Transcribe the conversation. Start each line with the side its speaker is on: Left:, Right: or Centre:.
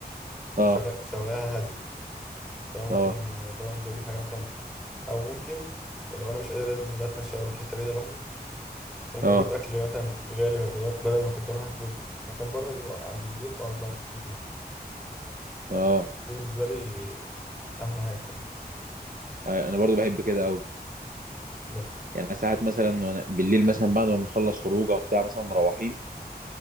Right: اه
Centre: شوارع- شوارعها هادي فانا ممكن
Right: اه
Centre: لو انزل اجيب حاجه مثلا او ممكن لو انا مش قادر انزل بقى اتمشى واروح حته بعيده لوحدي ممكن
Right: اه
Centre: اجيب اكل مثلا غالي بدل بدل ما كنت اروح اكله في مكان بره اجيبه عندي البيت واقعد اتفرج على التلفزيون
Right: اه
Centre: دي بالنسبه لي احلى حاجه يعني
Right: انا برضو بحب كده قوي
Centre: بس
Right: يعني أنا ساعات مثلا وأنا- بالليل مثلا بعد ما بنخلص خروجه بتاع مثلا مروحين